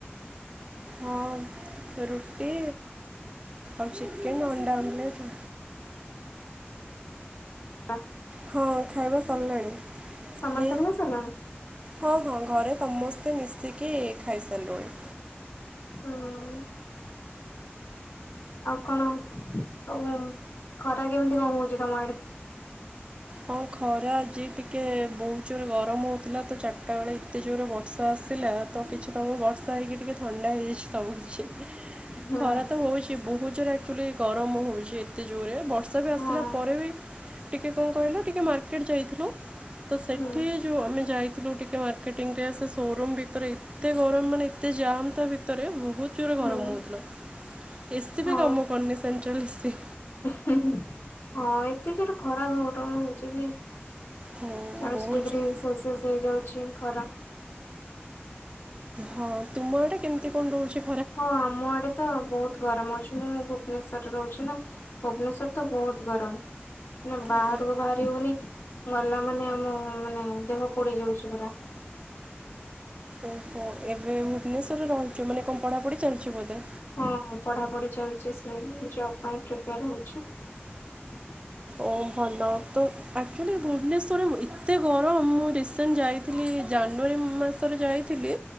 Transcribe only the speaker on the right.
ହଁ ରୁଟି ଆଉ ଚିକେନ ଅଣ୍ଡା ଆମ୍ଲେଟ।
ହଁ ଖାଇବା ସରିଲାଣି।
ହଁ ହଁ ଘରେ ସମସ୍ତେ ମିଶି ମିଶିକି ଖାଇସାରିଲୁଣି
ହଁ ଖରା ଆଜି ଟିକେ ବହୁତ ଜୋରେ ଗରମ ହଉଥିଲା ତ ଚାରିଟା ବେଳେ ଏତେ ଜୋରେ ବର୍ଷା ଆସିଲା ତ କିଛି ତମ ବର୍ଷା ହେଇକି ଟିକେ ଥଣ୍ଡା ହେଇଯାଇଛି ସବ କିଛି।
ଖରା ତ ହଉଛି ବହୁତ ଜୋରେ ଆଚୁଲି ଗରମ ହଉଚି ଏତେ ଜୋରେ ବ ବର୍ଷା ବି ଆସିଲା
ପରେ ବି ଟିକେ କହିଲ ଟିକେ ମାର୍କେଟ୍ ଯାଇଥିଲୁ। ତ ସେଠି
ଯୋଉ ଆମେ ଯାଇ ଥିଲୁ ଟିକେ ମାର୍କେଟିଂ ରେ ସେ ସୋରୁମ ଭିତରେ ଏତେ ଗରମ ମାନେ ଏତେ ଜାମ୍ ତା ଭିତରେ ବହୁତ ଜୋରେ
ଗରମ ହଉଥୁଲା। ଏସିି
ବି କାମ କରନି ସେଣ୍ଟ୍ରାଲ୍ ଏସିି।
ହଁ
ବହୁତ
ଜୋର
ହଁ ତୁମ ଆଡେ କେମିତି କଣ ରହୁଚି?
ଓ
ଓହୋ ଏବେ ଭୁବନେଶ୍ୱରରେ ରହୁଚ ମାନେ କଣ ପଢା ପୁଢି ଚାଲିଚି ବୋଧେ।
ଓ ଭଲ ତ ଆଚୁଆଲି ଭୁବନେଶ୍ୱରରେ ଏତେ ଗରମ ମୁଁ ରିସେଣ୍ଟ ଯାଇଥିଲି ଜାନୁଆରୀ ମାସରେ ଯାଇଥିଲି।